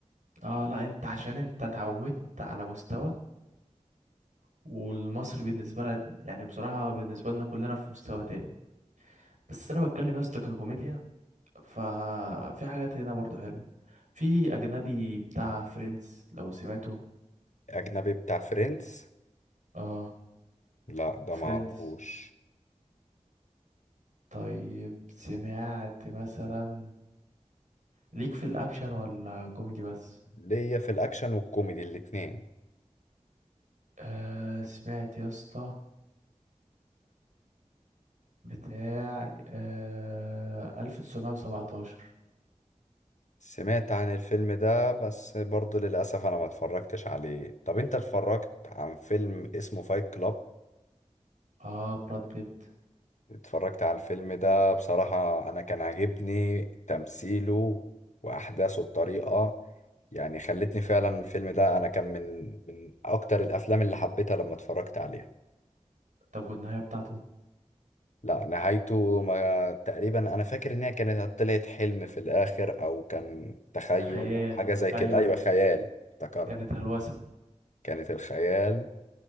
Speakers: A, on the right; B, on the left.
A: اه لا انت عشان انت اتعودت على مستوى والمصري بالنسبه لنا يعني بصراحه بالنسبه لنا كلنا في مستوى تاني بس انا بتكلم يا اسطى ككوميديا ففي حاجات هنا برضو حلوة في أجنبي بتاع فريندز لو سمعته
B: اجنبي بتاع فريندز
A: اه
B: لا ده
A: فريندز
B: ما اعرفوش
A: طيب سمعت مثلا ليك في الأكشن ولا كوميدي بس
B: ليا في الاكشن والكوميدي الاتنين
A: آه سمعت يا اسطى بتاع آه 1917
B: سمعت عن الفيلم ده بس برضو للاسف انا ما اتفرجتش عليه طب انت اتفرجت عن فيلم اسمه فايت كلاب
A: اه براد بيت
B: اتفرجت على الفيلم ده بصراحة أنا كان عاجبني تمثيله وأحداثه بطريقة يعني خلتني فعلا الفيلم ده أنا كان من من أكتر الأفلام اللي حبيتها لما اتفرجت عليها
A: طب والنهاية بتاعته
B: لا نهايته ما تقريبا أنا فاكر إن هي كانت طلعت حلم في الآخر أو كان تخيل
A: خيال
B: أو حاجة زي كده
A: أيوه
B: أيوة خيال افتكرت
A: كانت هلوسة
B: كانت الخيال